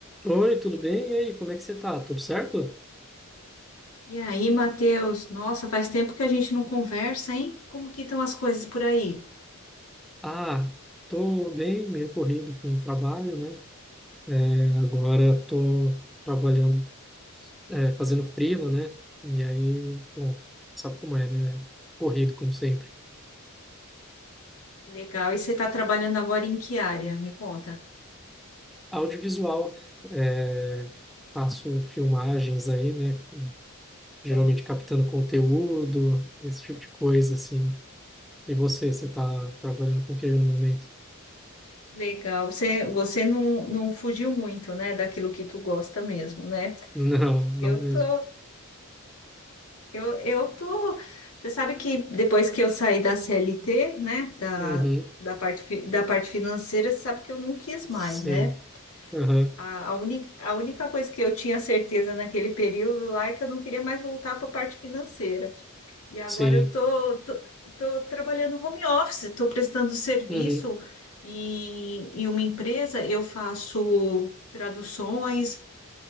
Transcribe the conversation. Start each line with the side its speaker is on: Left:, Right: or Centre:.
Centre: Oi, tudo bem? E aí, como é que você tá? Tudo certo?
Left: E aí, Matheus? Nossa, faz tempo que a gente não conversa, hein? Como que estão as coisas por aí?
Centre: Ah, tô bem, meio corrido com o trabalho, né? É, agora tô trabalhando, é, fazendo freela, né? E aí, bom, sabe como é, né? Corrido, como sempre.
Left: Legal. E você está trabalhando agora em que área? Me conta.
Centre: Audiovisual, é, faço filmagens aí, né? Geralmente
Left: Top.
Centre: captando conteúdo, esse tipo de coisa, assim. E você, você tá trabalhando com o que no momento?
Left: Legal. Você, você não, não fugiu muito, né, daquilo que tu gosta mesmo, né?
Centre: <laughs> Não, não
Left: Eu
Centre: mesmo.
Left: tô, eu, eu tô. Você sabe que depois que eu saí da CLT, né, da,
Centre: Uhum,
Left: da parte, fi- da parte financeira, você sabe que eu não quis mais,
Centre: sim.
Left: né?
Centre: Aham,
Left: A, a, única, a única coisa que eu tinha certeza naquele período lá é que eu não queria mais voltar para a parte financeira. E agora
Centre: Sim.
Left: eu tô, tô, tô trabalhando home office, estou prestando serviço
Centre: Uhum,
Left: em, em uma empresa, eu faço traduções.